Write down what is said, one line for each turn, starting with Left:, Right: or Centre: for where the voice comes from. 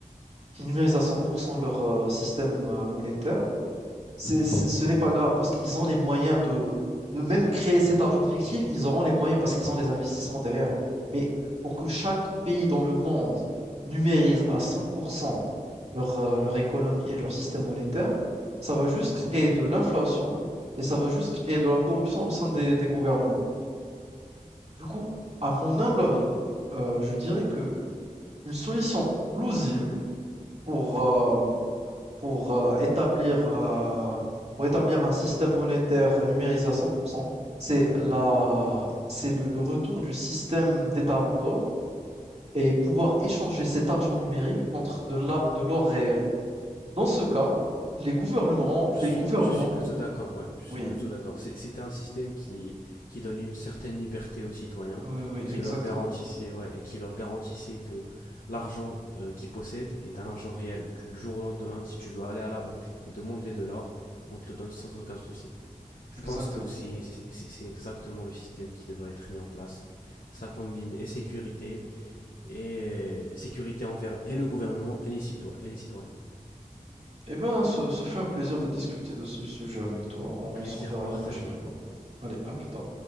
Right: Qui numérisent à 100% leur euh, système euh, monétaire, c'est,
Left: mhm,
Right: c'est- ce n'est pas grave parce qu'ils ont les moyens de, de même créer cet argent fictif, ils auront les moyens parce qu'ils ont les investissements derrière. Mais pour que chaque pays dans le monde numérise à 100% leur, euh, leur économie et leur système monétaire, ça va juste créer de l'inflation et ça va juste créer de la corruption au sein des, des gouvernements. Du coup, à mon humble avis, euh, je dirais que une solution plausible pour, euh, pour euh, établir, euh, pour établir un système monétaire numérisé à 100%. c'est
Left: mhm.
Right: la, c'est le, le retour du système des talons d'or et pouvoir échanger cet argent numérique contre de la, de l'or réel. Dans ce cas, les gouvernements,
Left: Je
Right: les
Left: suis,
Right: gouvernements,
Left: je suis plutôt d'accord, ouais, je suis
Right: oui,
Left: plutôt d'accord. C'est- C'était un système qui, qui donnait une certaine liberté aux citoyens
Right: oui, oui,
Left: et
Right: oui,
Left: qui
Right: exactement,
Left: leur garantissait, ouais, et qui leur garantissait que l'argent euh, qu'ils possèdent est un argent réel. Du jour au lendemain, si tu veux aller à la banque et demander de l'or, on te le donne sans aucun souci. Je
Right: exactement.
Left: pense que c'est c'est- c'est- exactement le système qui devrait être mis en place. Ça combine et sécurité, et euh, sécurité envers et le gouvernement et les citoyens, et les citoyens.
Right: Eh ben, ce, ce fut un plaisir de discuter de ce sujet avec toi. On
Left: Plaisir
Right: se reverra
Left: partagé.
Right: une prochaine fois. Allez, à plus tard.